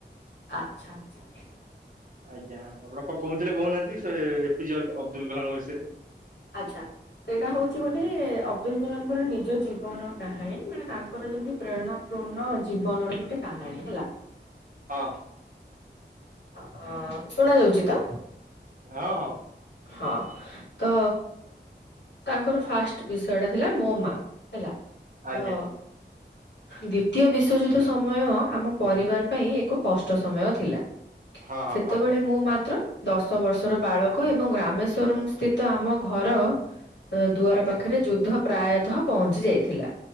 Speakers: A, on the left; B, on the right.
A: ଆଚ୍ଛା ଆଚ୍ଛା ଛା।
B: ଆଜ୍ଞା ହଁ ଆପଣ କଣ କହୁଥିଲେ କହୁନାହାନ୍ତି ସେ ଏପି ଜେ ଅବଦୁଲ କଲାମଙ୍କ ବିଷୟରେ।
A: ଆଛା ସେଇଟା ହଉଛି ଗୋଟେ ଅବଦୁଲ କଲାମଙ୍କର ନିଜ ଜୀବନ କାହାଣୀ ମାନେ ତାଙ୍କର ଯେମିତି ପ୍ରେରଣା ସମ୍ ପୂର୍ଣ୍ଣ ଜୀବନ ର ଗୋଟେ କାହାଣୀ ହେଲା।
B: ହଁ
A: ହ ଶୁଣା ଯାଉଛି ତ?
B: ହଁ ହଁ
A: ହଁ ତ ତାଙ୍କର ଫାଷ୍ଟ ବିଷୟ ଟା ଥିଲା ମୋ ମା ହେଲା
B: ଆଜ୍ଞା
A: ତ ଦ୍ଵିତୀୟ ବିଶ୍ଵଯୁଦ୍ଧ ସମୟ ଆମ ପରିବାର ପାଇଁ ଏକ କଷ୍ଟ ସମୟ ଥିଲା।
B: ହଁ ହଁ
A: ସେତେବେଳେ
B: ହଁ
A: ମୁଁ ମାତ୍ର ଦଶ ବର୍ଷର ବାଳକ ଏବଂ ର୍ରାମେଶ୍ଵରମ୍ ସ୍ଥିତ ଆମ ଘର ଦୁଆର
B: ଆଜ୍ଞା
A: ପାଖରେ ଯୁଦ୍ଧ ପ୍ରାୟତଃ ପହଞ୍ଚି ଯାଇଥିଲା।